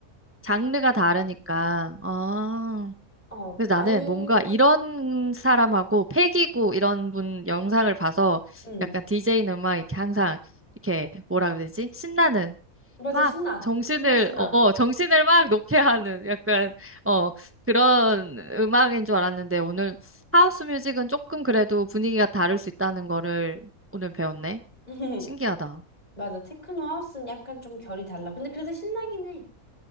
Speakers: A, on the right (about 20°); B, on the left (about 30°).
A: 장르가 다르니까. 아.
B: 어,
A: 그래서
B: 아니,
A: 나는 뭔가 이런 사람하고 패기고 이런 분 영상을 봐서
B: 응.
A: 약간 DJ는 막 이렇게 항상 이렇게 뭐라 그래야 되지? 신나는
B: 맞아,
A: 막
B: 신나.
A: 정신을
B: 신나, 신나.
A: 어 어, 정신을 막 놓게 하는 약간 어 그런 음악인 줄 알았는데 오늘 하우스 뮤직은 조금 그래도 분위기가 다를 수 있다는 거를 오늘 배웠네.
B: <laughs>
A: 신기하다.
B: 맞아, 테크노 하우스는 약간 좀 결이 달라. 근데 그래도 신나긴 해.